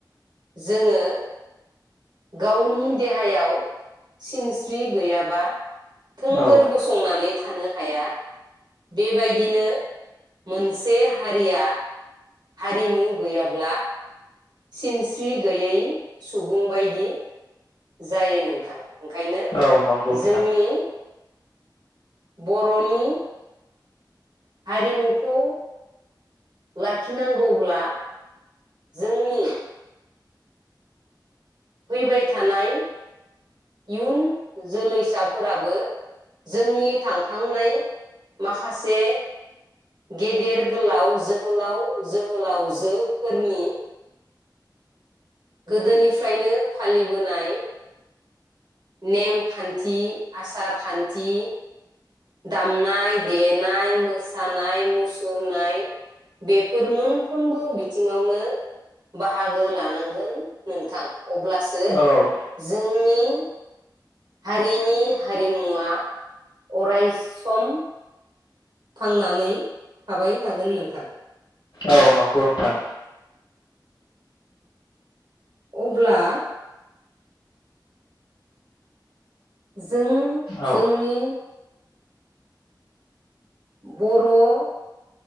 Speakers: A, on the right; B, on the left.
A: जोङो गावनि देहायाव सिनस्रि गैयाबा थोंगोर
B: औ
A: गसंनानै थानो हाया बेबायदिनो मोनसे हारिया हारिमु गैयाब्ला सिनस्रि गैयै सुबुं बायदि जायो नोंथां। ओंखायनो
B: औ नंगौ नोंथां
A: जोंनि बरनि हारिमुखौ लाखिनांगौब्ला जोंनि फैबाय थानाय इयुन जोलैसा फोराबो जोंनि थांखांनाय माखासे गेदेर गोलाव जोहोलाव जोहोलावजो फोरनि गोदोनिफ्रायनो फालिबोनाय नेम खान्थि आसार खान्थि दामनाय देनाय मोसानाय मुसुरनाय बेफोर मोनफ्रोमबो बिथिंङावनो बाहागो लानांगोन नोंथां। अब्लासो
B: औ
A: जोंनि हारिनि हारिमुवा अराय सम थांनानै थाबाय थागोन नोंथां।
B: औ नंगौ नोंथां।
A: अब्ला जों
B: औ
A: जोंनि बर'